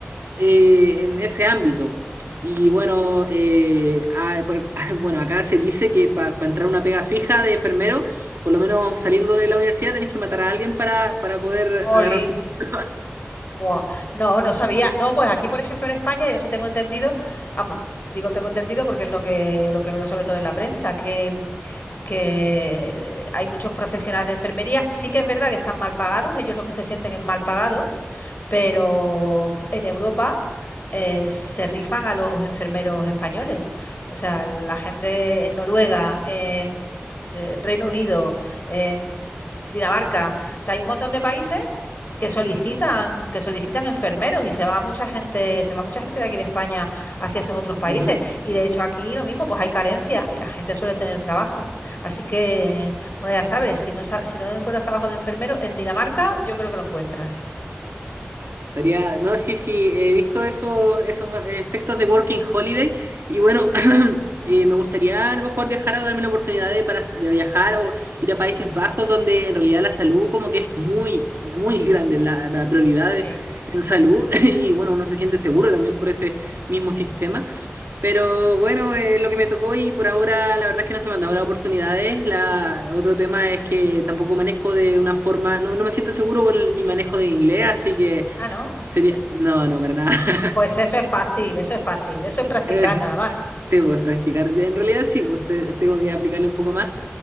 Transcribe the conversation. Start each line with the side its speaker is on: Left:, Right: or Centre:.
Right: eh, en ese ámbito. Y bueno, eh, ah, por- <laughs> bueno, acá se dice que para entrar a una pega fija de enfermero, por lo menos saliendo de la universidad, tenés que matar a alguien para, para poder
Left: Jolín.
Right: agarrar su puesto.
Left: Buah, no, no sabía. No, pues aquí, por ejemplo, en España, yo sí tengo entendido, vamos, digo tengo entendido porque es lo que, lo que veo sobre todo en la prensa, que que hay muchos profesionales de enfermería. Sí que es verdad que están mal pagados, ellos lo que se sienten es mal pagados, pero en Europa eh, se rifan a los enfermeros españoles. O sea, la gente en Noruega, en eh, Reino Unido, en Dinamarca. O sea, hay un montón de países que solicitan, que solicitan enfermeros y se va mucha gente, se va mucha gente de aquí de España hacia esos otros países.
Right: Ujú, ujú.
Left: Y de hecho aquí lo mismo, pues hay carencia y la gente suele tener trabajo. Así que, bueno, ya sabes, si no, sa- si no encuentras trabajo de enfermero en Dinamarca, yo creo que lo encuentras.
Right: Estaría, no, sí, sí, he visto esos, esos eh, textos de Working Holiday y bueno, <clears throat> eh, me gustaría a lo mejor viajar o darme la oportunidad de, para, de viajar o ir a Países Bajos donde en realidad la salud como que es muy, muy grande, la, la prioridad de-
Left: Sí.
Right: en salud <laughs> y bueno, uno se siente seguro también por ese mismo sistema. Pero bueno, eh, lo que me tocó y por ahora la verdad es que no se me han dado las oportunidades. La, otro tema es que tampoco manejo de una forma, no, no me siento seguro con el- mi manejo de inglés, así que...
Left: Ah, ¿no?
Right: Sería, no, no, para nada. <laughs>
Left: Pues eso es fácil, eso es fácil, eso es practicar
Right: Eh,
Left: nada más.
Right: sí, pues practicar. En realidad sí, pues te- tengo que aplicarle un poco más.